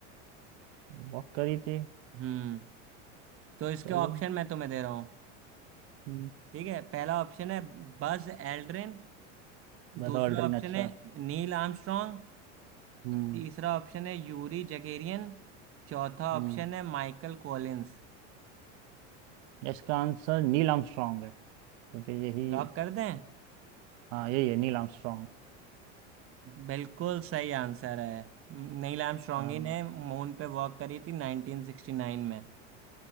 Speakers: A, on the right; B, on the right.
A: वॉक करी थी
B: हम्म तो इसके
A: चलो
B: ऑप्शन मैं तुम्हें दे रहा हूँ
A: हम्म
B: ठीक है पहला ऑप्शन है बज एल्ड्रिन
A: बस
B: दूसरा
A: ऑल्ड्रिन
B: ऑप्शन
A: अच्छा
B: है नील आर्मस्ट्रॉन्ग
A: हम्म
B: तीसरा ऑप्शन है यूरी जगेरियन चौथा
A: हम्म
B: ऑप्शन है माइकल कॉलिंस
A: इसका आंसर नील आर्मस्ट्रॉन्ग है क्योंकि यही
B: लॉक कर दें
A: हाँ यही है नील आर्मस्ट्रॉन्ग
B: बिल्कुल सही आंसर है नील आर्मस्ट्रॉन्ग
A: हाँ
B: ही ने मून पे वॉक करी थी 1969 में